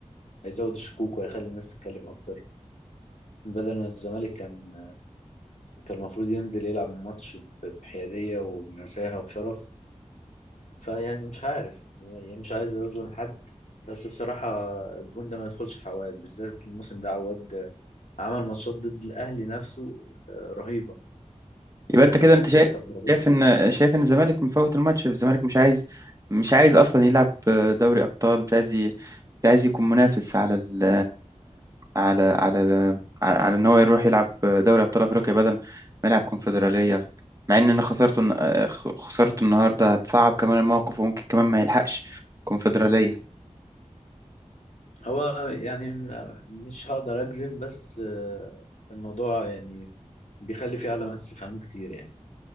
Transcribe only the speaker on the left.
هيزود الشكوك وهيخلي الناس تتكلم أكتر بدل ما الزمالك كان كان المفروض ينزل يلعب ماتش بحيادية وبنزاهة وبشرف فيعني مش عارف يعني مش عايز أظلم حد بس بصراحة الجون ده ما يدخلش في عواد بالذات الموسم ده عواد عمل ماتشات ضد الأهلي نفسه آه، رهيبة وحتى
في ضربات
الجزاء
هو يعني م- مش هقدر أجزم بس آه، الموضوع يعني بيخلي فيه علامات استفهام كتير يعني